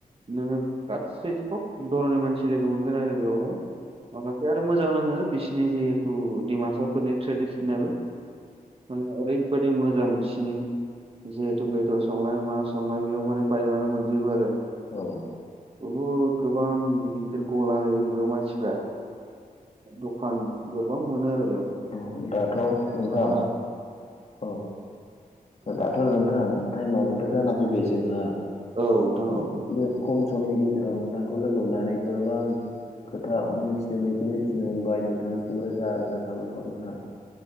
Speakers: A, on the right; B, on the left.
A: नोङो गासै सब र'नि मानसि लोगो मोनगोन आरो बेवहाय माखासे आरो मोजां नाङो। बिसिनि जिहेतु डिमासाफोरनि ट्रेडिसनेल माने ओरै बेबायाददि मोजांसिनि जिहेतु पट्रल सावनाय मा सावनाय बेयाव माने बाइपआानो मोनजोबो आरो।
B: औ।
A: बहुद गोबां गिदिर गिदिर गला होयो बेयाव मानसिफ्रा दखान बिबां मोनो आरो बेवहाय
B: औ दाथ' नोंथां
A: बा
B: औ। दाथ' नोंथां टाइमाबोथ' जाना फैबाय जोंहा
A: औ नोंथां
B: बे
A: औ।
B: खम समनि गेजेराव नोंथांखौ लोगो मोननानै गोबां खोथा मिथिनो मोन बेखौ मिथिनो मोनबाय नोंथांनिसिम रोजा रोजा साबायखर नोंथां।